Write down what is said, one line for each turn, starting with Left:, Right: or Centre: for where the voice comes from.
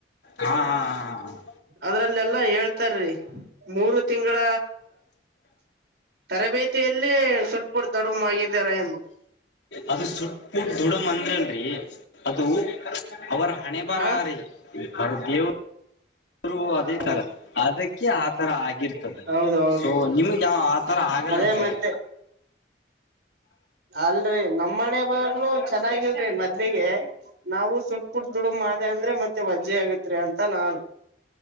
Left: ಹಾ ಹಾ ಹಾ ಹಾ ಹಾ
Right: ಅದ್ರಲ್ಲೆಲ್ಲಾ ಹೇಳ್ತಾರಿ ಮೂರು ತಿಂಗಳ ತರಬೇತಿಯಲ್ಲೇ ಸುಟ್ ಪುಡ್ ತಡಮ ಆಗಿದ್ದಾರ ಎಂದು
Left: ಅದು ಸುಟ್ಟಟ್ಟ ಅಂದ್ರ ಅಲ್ರಿ ಅದು ಅವರ ಹಣೆ ಬರೀೇವ
Right: ಹಾ
Left: ಆದರು ಅದೇ
Right: ಹೌದು
Left: ತರ ಅದಕ್ಕೆ ಆತರ ಆಗಿ ಆಿರ್ತದೆ
Right: ಹೌದೌದು
Left: ಸೊ ನಿಮಗೆ ಯಾವ ಆ ತರ ಆಗಲ್ಲ
Right: ಅದೇ
Left: ಅನ್ಸರಿ
Right: ಮತ್ತೆ ಅಲ್ರರಿ ನಮ ಮನೆ ಬರ್ನು ಚೆನ್ನಾಗಿಲ್ರಿ ಮದಲಿಗೆ ನಾವು ಸುಟ್ ಪುಟ್ ದುಡುಗ್ ಮಾಡೆ ಅಂದ್ರೆ ಮತ್ತೆ ವಜ್ಜೆ ಆಗತ್ರಿ ಅಂತ ನಾನು